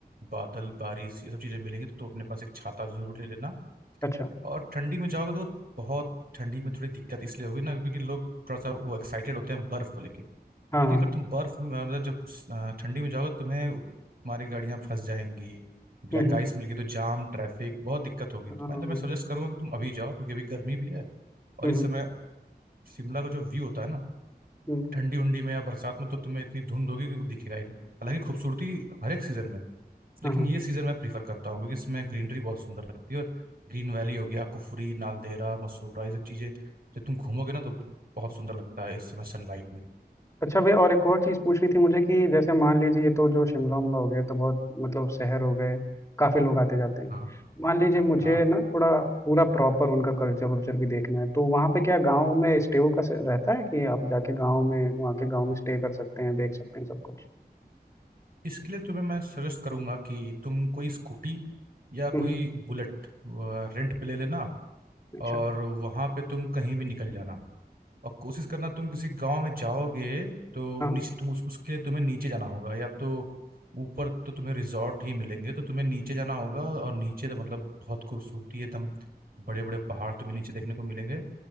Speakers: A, on the right; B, on the left.
A: बादल बारिश ये सब चीज़ें मिलेंगी तो तुम अपने पास एक छाता जरूर ले लेना
B: अच्छा
A: और ठंडी में जाओगे तो बहुत ठंडी में थोड़ी दिक्कत इसलिए होगी ना क्योंकि लोग थोड़ा सा वो एक्साइटेड होते हैं बर्फ को लेके
B: हाँ
A: लेकिन
B: हाँ
A: अगर तुम बर्फ अ, मतलब जब अ, ठंडी में जाओगे तो तुम्हें तुम्हारी गाड़ियां फंस जाएंगी ब्लैक
B: हम्म हम्म
A: आइस मिल गई तो जाम ट्रैफिक बहुत दिक्कत होगी तो
B: हाँ,
A: मैं
B: हम्म
A: तो मैं सजेस्ट करूंगा कि तुम अभी जाओ क्योंकि अभी गर्मी भी है और
B: हम्म,
A: इस समय शिमला का जो व्यू होता है ना
B: हम्म,
A: ठंडी उंडी में या बरसात में तो तुम्हें इतनी धुंध होगी कि वो दिखेगा ही नहीं हालांकि खूबसूरती हर एक सीजन में है। लेकिन
B: हाँ हाँ
A: ये सीजन मैं प्रीफर करता हूँ क्योंकि इसमें ग्रीनरी बहुत सुंदर लगती है और ग्रीन वैली हो गया कुफरी नालदेहरा मसूबरा ये सब चीजें जब तुम घूमोगे ना तो बहुत सुंदर लगता है इस समय सनलाइट में
B: अच्छा भैया और एक और चीज़ पूछनी थी मुझे कि जैसे मान लीजिए ये तो जो शिमला उमला हो गया तो बहुत मतलब शहर हो गए काफ़ी लोग आते जाते हैं
A: हाँ
B: मान लीजिए मुझे
A: हाँ
B: ना थोड़ा पूरा प्रॉपर उनका कल्चर वल्चर भी देखना है तो वहाँ पे क्या गाँव में स्टे का स- रहता है कि आप जाके गाँव में वहाँ के गाँव में स्टे कर सकते हैं देख सकते हैं सब कुछ
A: इसके लिए तुम्हें मैं सजेस्ट करूंगा कि तुम कोई स्कूटी या
B: हम्म,
A: कोई बुलेट रेंट पे ले लेना
B: अच्छा
A: और वहां पे तुम कहीं भी निकल जाना और कोशिश करना तुम किसी गांव में जाओगे तो
B: हाँ
A: नीचे तुम उस, उसके लिए तुम्हें नीचे जाना होगा या तो ऊपर तो तुम्हें रिजॉर्ट ही मिलेंगे तो तुम्हें नीचे जाना होगा और नीचे तो मतलब बहुत खूबसूरती है एकदम बड़े बड़े पहाड़ तुम्हें नीचे देखने को मिलेंगे